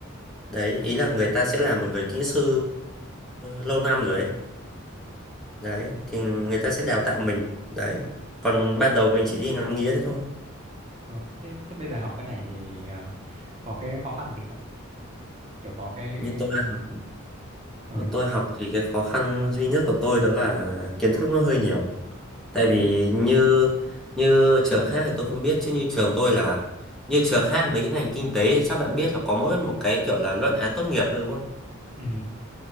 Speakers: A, in the centre; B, on the right.
A: Đấy, ý là người ta sẽ là một người kỹ sư lâu năm rồi ấy. Đấy,
B: Ừ.
A: thì người ta sẽ đào tạo mình. Đấy. Còn ban đầu mình chỉ đi ngắm nghía thế thôi.
B: Ừ. Thế thế bây giờ học cái này thì ờ, có cái khó khăn gì không? Kiểu có cái
A: Như tôi học,
B: ờ,
A: như tôi học thì cái khó khăn duy nhất của tôi đó là kiến thức nó hơi nhiều. tại vì
B: Thế...
A: như như trường khác thì tôi không biết chứ như trường tôi là như trường khác mấy cái ngành kinh tế thì chắc bạn biết là có mỗi một cái kiểu là luận án tốt nghiệp thôi đúng không
B: Ừ.